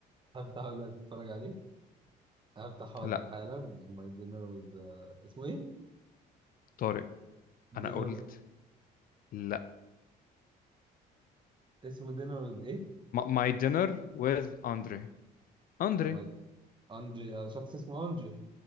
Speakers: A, on the right; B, on the left.
A: هفتحه دلوقتي أتفرج عليه هفتح حاضر
B: لا
A: حالا my dinner with آه، اسمه إيه؟
B: طارق انا
A: dinner
B: قلت لا
A: اسمه دينر ويز ايه؟
B: ماي دينر وذ اندري اندري
A: ماي اندري آه، شخص اسمه اندري